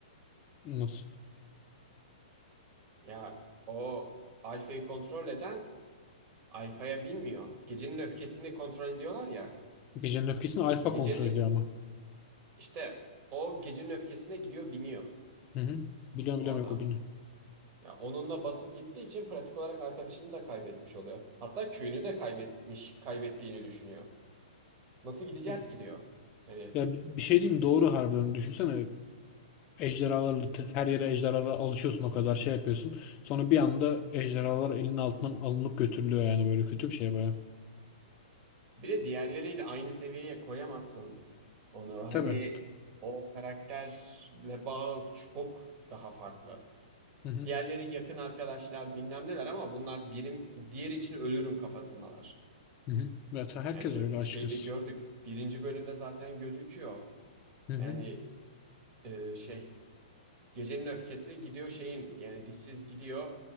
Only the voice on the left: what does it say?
Nasıl?
Gecenin öfkesini Alfa
kontrol ediyor ama.
Hı hı. Biliyorum
biliyorum
yok o bilmiyor.
Yani-
Ya bir şey diyeyim mi? doğru harbiden. Düşünsene Ejderhalarla te- her yere ejderhalarla alışıyorsun o kadar şey yapıyorsun. Sonra bir anda ejderhalar elinin altından alınıp götürülüyor yani böyle kötü bir şey baya.
Tabii.
Hı hı.
Hı hı. Ya ta- herkes
öyle açıkçası.
Hı hı.